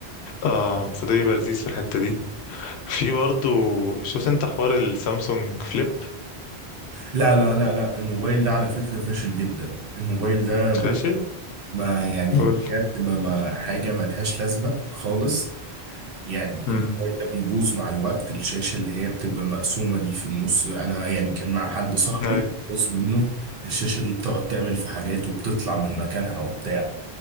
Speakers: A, on the left (about 85°); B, on the right (about 65°).
A: آم، فده بيبقى لذيذ في الحتة دي في برضه شفت أنت حوار السامسونج فليب
B: لا لا لا لا الموبايل ده على فكرة فاشل جدا الموبايل ده بص
A: فاشل؟
B: ما يعني
A: قول
B: بجد ما ما حاجة ملهاش لازمة خالص يعني
A: أمم،
B: الموبايل ده بيبوظ مع الوقت الشاشة اللي هي بتبقى مقسومة دي في النص أنا يعني كان مع حد صاحبي
A: أيوه
B: بوظ منه الشاشة دي بتقعد تعمل في حاجات وبتطلع من مكانها وبتاع